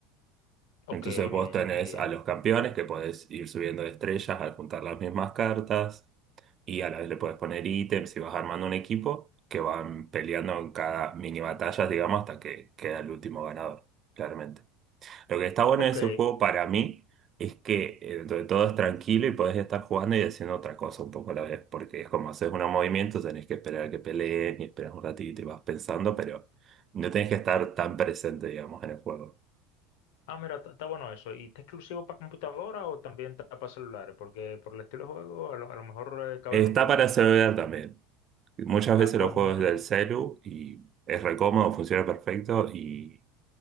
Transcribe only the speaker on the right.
Entonces vos
tenés
a los campeones que podés ir subiendo de estrellas al juntar las mismas cartas. y a la vez le puedes poner ítems y vas armando un equipo que van peleando en cada mini batallas, digamos, hasta que queda el último ganador, claramente. Lo que está bueno
de ese juego para mí es que eh, dentro de todo es tranquilo y podés estar jugando y haciendo otra cosa un poco a la vez, porque es como haces unos movimientos, tenés que esperar a que peleen y esperas un ratito y vas pensando, pero no tenés que estar tan presente, digamos, en el juego.
Está
para
celular también. Muchas
veces
los juegos
del celu y es re cómodo, funciona perfecto y